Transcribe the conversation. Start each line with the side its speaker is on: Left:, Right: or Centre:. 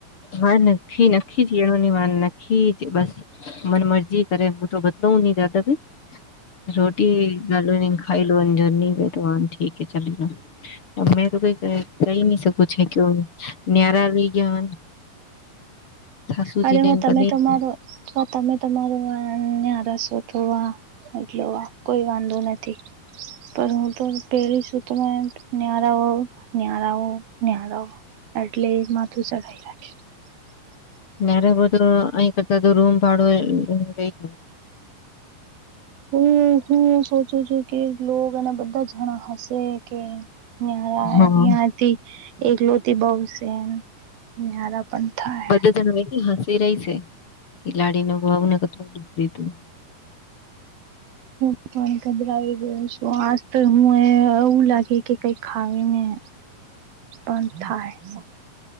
Left: વા નખી નખી જ એનોની વાર નખી જ બસ મન મરજી કરે હું તો બધુંની દાદ ભ રોટી લાલું નહી ખાઈ લો જોની બેે તો વાનથી ઠીકે ચલી રહ્યો મે તો કઈ ક કહી ન શકું. એટલું ન્યરા લઈ ગયાતા સાસુજીને
Right: અરે હો તમે
Left: કદી
Right: તમારો તમે તમારું ન્યારું સોચવા એટલે કોઈ વાંધો નથી. પર હું તો પહેલી સુતમાં ન્યાારા ન્યાારા ન્યાારો એટલે એ માથું સઢાઈ રાખે.
Left: મારે તો અહી કરતા તો રૂમ ભાડો રહી.
Right: હ હું સોચું છું કે લો એના બધા જણા હશે કે નહીં ન્યાથી
Left: હા
Right: એક લોટી બહુ સે એમ. <unintelligible>
Left: બધ ત હસી રહી છે કે લાડી ન ભાવ ને કું દુખ દીધું
Right: <unintelligible> <inaudible>
Left: <inaudible>
Right: અન થાય સ.